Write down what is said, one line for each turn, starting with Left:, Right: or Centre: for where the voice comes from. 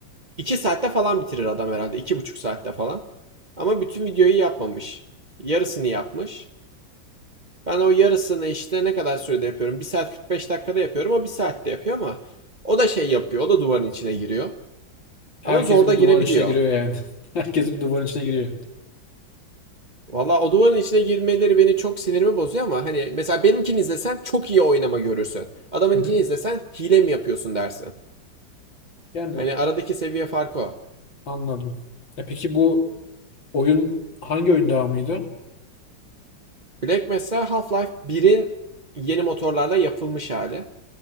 Right: 2 saatte falan bitirir adam herhalde. iki buçuk saatte falan. Ama bütün videoyu yapmamış. Yarısını yapmış. Ben o yarısını işte ne kadar sürede yapıyorum? Bir saat 45 dakikada yapıyorum. O 1 saatte yapıyor ama o da şey yapıyor. O da duvarın içine giriyor.
Left: Herkes
Right: Ama zor
Left: bir
Right: da girebiliyor.
Left: duvarın içine giriyor yani. <laughs> Herkes bir duvarın içine giriyor.
Right: Valla o duvarın içine girmeleri beni çok sinirimi bozuyor ama hani mesela benimkini izlesen çok iyi oynama görürsün. Adamınkini
Left: Hı hı.
Right: izlesen hile mi yapıyorsun dersin.
Left: Yani
Right: Hani aradaki seviye farkı o.
Left: anladım. E peki bu oyun hangi oyun devamıydı?
Right: Black mesela Half-Life birin yeni motorlarla yapılmış hali.